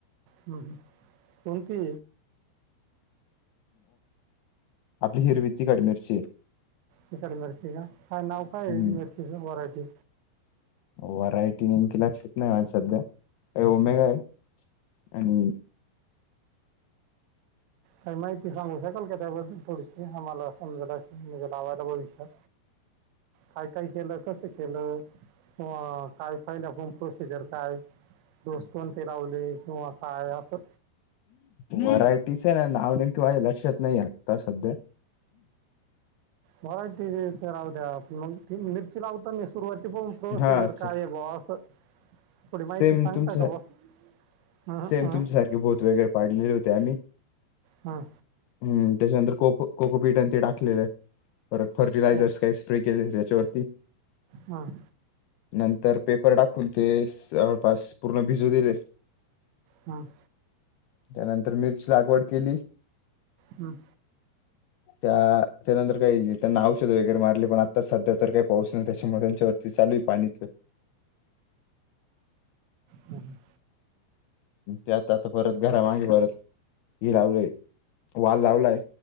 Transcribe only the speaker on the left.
आपली हिरवी तिखट मिरची आहे.
हम्म
व्हरायटी ती लक्षात नाही माझ्या सध्या ओमेगा आहे. आणि
व्हरायटीच नाव नेमक माझ लक्षात नाही आता सध्या
हा अच्छा
सेम
तुमच
सेम
तुमच्यासारखे भूत वगैरे पाडलेले होते आम्ही.
हम्म त्याच्यानंतर कोक कोकोपीठ ते टाक टाकलेलत पर फर्टिलायझर्स
काय स्प्रे केले त्याच्यावरती,
नंतर पेपर टाकून ते जवळपास पूर्ण भिजू दिले.
त्यानंतर मिरची लागवड केली.
त्या त्यानंतर काही त्यांना औषधे वगैरे मारली पण आता सध्या तर काही पाऊस नाही त्याच्यामुळे त्यांच्यावर चालू पाणी
त्यात आता परत घरामागे परत हि लावलंय. वाल लावलाय